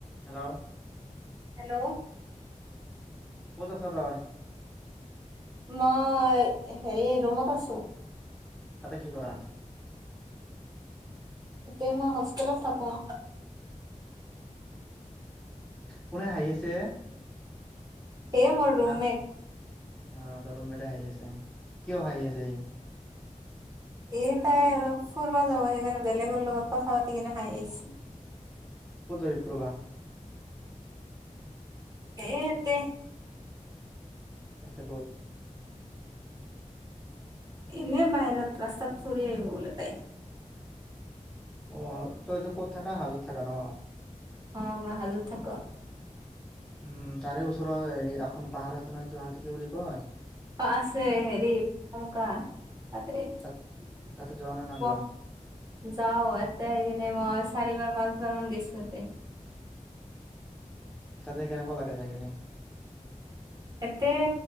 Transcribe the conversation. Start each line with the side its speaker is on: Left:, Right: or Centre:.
Centre: হেল্ল'!
Right: হেল্ল'।
Centre: ক'ত আছা তই?
Right: মই, হেৰি ৰুমত আছোঁ।
Centre: তাতে কি কৰা?
Right: এতিয়া মই হষ্টেলত থাকোঁ।
Centre: কোনে হাঁহিছে?
Right: এ মোৰ ৰুমমেট
Centre: ন অ' তঁহত মেতা হেই আছে, কিয় হাঁহি আছে সি?
Right: এই তাই অলপ ফুৰবা যাব, সেইকাৰণে বেলেগৰ লগত কথা পাতি কিনে হাঁহি আছে।
Centre: ক'ত যাবি ফুৰবা?
Right: এই এতে।
Centre: এতে ক'ত?
Right: এনে বাহিৰত ৰাস্তাত ফুৰি আহিব বোলে তাই।
Centre: অ' তই এতিয়া ক'ত থাকা? হাজোত থাকা ন?
Right: অ' মই হাজোত থাকোঁ।
Centre: উম, তাৰে ওচৰত এই এখন পাহাৰ আছে নহয়, কিবা এইটো কি বুলি কয়?
Right: আছে হেৰি, <unintelligible> তাতে
Centre: তাত
Right: <unintelligible>
Centre: তাতে যোৱা নে নাযোৱা
Right: যাও এতে এ মই চাৰিবাৰ পাঁচ বাৰ মান দিছোগে।
Centre: তাতে কেনেকুৱা লাগে যায় কেনে?
Right: এতে,